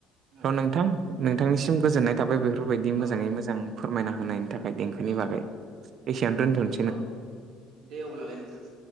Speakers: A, on the right; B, on the right.
A: औ
B: र' नोंथां नोंथांनिसिम गोजोननाय थाबाय बेफोरबायदि
A: औ
B: मोजाङै मोजां फोरमायना होनायनि थाखाय देंखोनि
A: औ
B: बागै एसियान <unintelligible>
A: औ दे अब्लालाय नोंथां